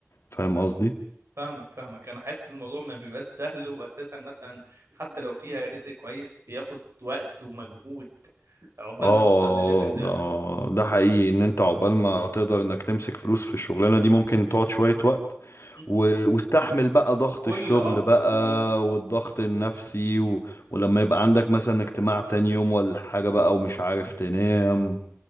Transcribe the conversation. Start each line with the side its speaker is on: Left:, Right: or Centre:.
Left: فاهم قصدي
Right: فاهمك فاهمك انا حاسس الموضوع ما بيبقاش سهل واساسا مثلا حتى لو فيها رزق كويس بياخد وقت ومجهود عقبال
Left: اه
Right: ما نوصل للليفل ده
Left: ده ده حقيقي ان انت عقبال ما تقدر انك تمسك فلوس في الشغلانه دي ممكن تقعد شويه وقت
Right: مم.
Left: و... واستحمل بقى ضغط
Right: وكل
Left: الشغل
Right: اه
Left: بقى
Right: و- و- و-
Left: والضغط النفسي و... ولما يبقى عندك مثلا اجتماع تاني يوم ولا حاجه بقى ومش عارف تنام